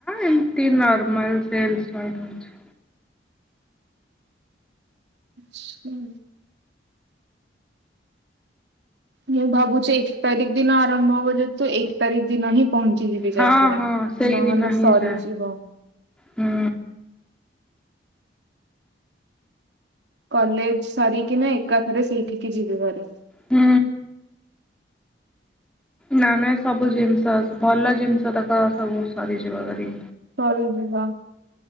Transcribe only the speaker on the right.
ଚ୍ଛା। ମୁଁ ଭାବୁଛି ଏକ ତାରିଖ ଦିନ ଆରମ୍ଭ ହବ ଯେହେତୁ ଏକ ତାରିଖ ଦିନ ହିଁ। ପହଞ୍ଚିଯିବି
ଯାଇଁକି ନା
ନହେଲେ
ସରିଯିବ।
କଲେଜ ସରିକିନା ଏକାଥରେ ସେଇଠିକି ଯିବି ଘାରୁ।
ସରିଯିବା